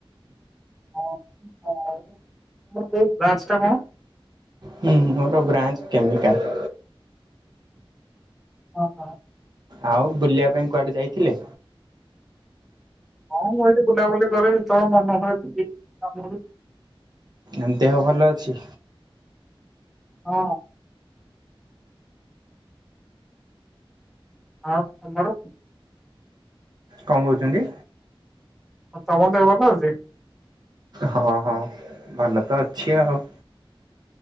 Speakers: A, in the centre; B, on the right.
A: ଆଉ ଆଉ ତମର କୋଉ କ୍ଲାସଟା କଣ?
B: ହୁଁ ମୋର ବ୍ରାଞ୍ଚ କେମିକାଲ।
A: ଅହ।
B: ଆଉ ବୁଲିଆ ପାଇଁ କୁଆଡେ ଯାଇଥିଲେ?
A: ହଁ ମୁଁ ଏଇଠି ବୁଲାବୁଲି କରେ ଯେତେବେଳେ ମନ ହୁଏ କାମ
B: ଆଁ ଦେହ ଭଲ ଅଛି।
A: ହଁ। ଆଉ ତମର?
B: କଣ କହୁଚନ୍ତି?
A: ଆଉ ତମ ଦେହ ଭଲଅଚି।
B: ହଁ ହଁ ଭଲ ତ ଅଛି ଆଉ।